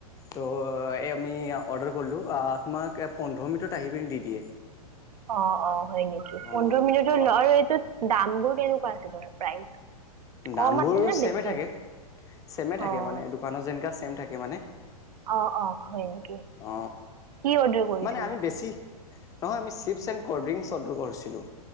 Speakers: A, on the left (about 15°); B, on the right (about 75°).
A: তো এই আমি অৰ্ডাৰ কৰিলোঁ তোমাক পোন্ধৰ মিনিত আহি পিনি দি দিয়ে
B: অ অ হয় নেকি পোন্ধৰ
A: অ
B: মিনিটৰ
A: অ
B: ল আৰু এইটোত দাম বোৰ কেনেকুৱা আছে তোমাৰ প্ৰাইচ কম
A: দামবোৰ
B: আছেনে
A: ছেমে
B: বেছি
A: থাকে ছেমে থাকে
B: অঁ
A: মানে দোকানত যেনো ছেম থাকে মানে
B: অঁ অঁ হয় নেকি
A: অ
B: কি অৰ্ডাৰ কৰিছিলা
A: মানে আমি বেছি নহয় আমি chips and cold drinks order কৰিছিলো